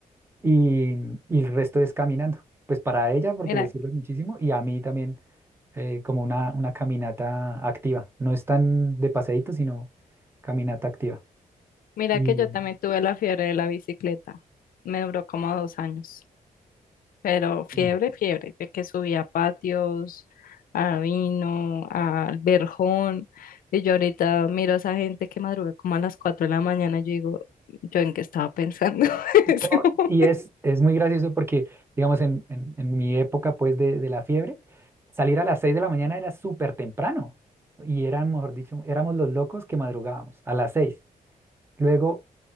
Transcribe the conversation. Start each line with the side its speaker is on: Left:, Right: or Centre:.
Right: y, y el resto es caminando, pues para ella porque
Left: Mira,
Right: le sirve muchísimo y a mí también eh, como una, una caminata activa, no es tan de paseíto, sino caminata activa.
Left: mira
Right: Y,
Left: que yo también tuve la fiebre de la bicicleta. Me duró como dos años. Pero fiebre,
Right: <laughs>
Left: fiebre, de que subía a patios, a Vino, al Verjón. Y yo ahorita miro a esa gente que madruga como a las 4 de la mañana y yo digo, ¿yo en qué estaba pensando <laughs>
Right: No,
Left: en ese momento?
Right: Y es, es muy gracioso porque, digamos, en, en- en mi época, pues, de, de la fiebre, salir a las 6 de la mañana era súper temprano. Y eran, mejor dicho, éramos los locos que madrugábamos a las seis Luego,